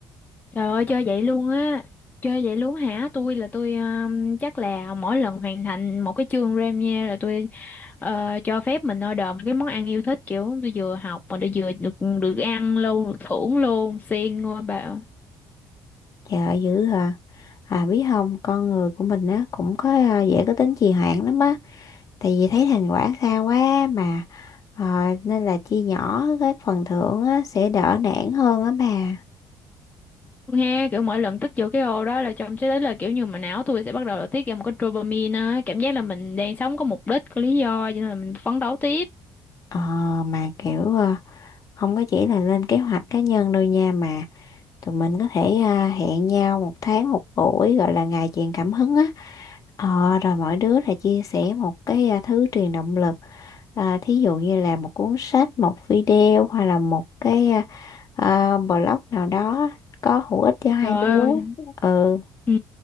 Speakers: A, on the left (about 20°); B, on the left (about 45°).
A: Trời ơi chơi vậy luôn á Chơi vậy luôn hả Tôi là tôi um, chắc là mỗi lần hoàn thành một cái chương RAM nha Là tôi ờ, cho phép mình order một cái món ăn yêu thích Kiểu tôi vừa học mà tôi vừa được được ăn luôn Được thưởng luôn Siêng ngôi bà
B: Trời ơi, dữ hả? À biết không, con người của mình á cũng có ờ, dễ có tính trì hoãn lắm á. tại vì thấy thành quả xa quá mà ờ, nên là chia nhỏ cái phần thưởng á, sẽ đỡ nản hơn á bà
A: Nghe kiểu mỗi lần tích vô cái ô đó là trong tới đấy là kiểu như mà não tôi sẽ bắt đầu là tiết ra một cái dopamine á Cảm giác là mình đang sống có mục đích, có lý do Cho nên là mình phấn đấu tiếp
B: ờ, mà kiểu ờ, không có chỉ là lên kế hoạch cá nhân đâu nha mà tụi mình có thể ờ, hẹn nhau một tháng một buổi gọi là ngày truyền cảm hứng á ờ, rồi mỗi đứa là chia sẻ một cái ờ, thứ truyền động lực À, thí dụ như là một cuốn sách, một video hoặc là một cái à, à, blog nào đó có hữu ích cho hai
A: Trời
B: đứa.
A: ơi
B: Ừ.
A: Ừ,